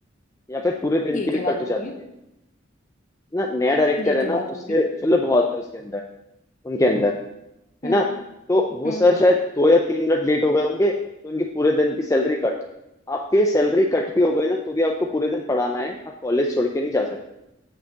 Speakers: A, on the left; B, on the left.
A: या फिर पूरे दिन
B: ये
A: की
B: क्या
A: भी
B: बात
A: कट हो
B: होती
A: जाती
B: है
A: है ना नया डायरेक्टर
B: ये क्या
A: है ना
B: बात
A: तो
B: होती
A: उसके
B: है
A: चलो बहुत है उसके अंदर उनके अंदर है
B: हम्म
A: ना तो वो
B: हम्म
A: सर शायद दो या तीन मिनट लेट हो गए होंगे तो उनके पूरे दिन की सैलरी कट आपके सैलरी कट भी हो गई ना तो भी आपको पूरे दिन पढ़ाना है आप कॉलेज छोड़ के नहीं जा सकते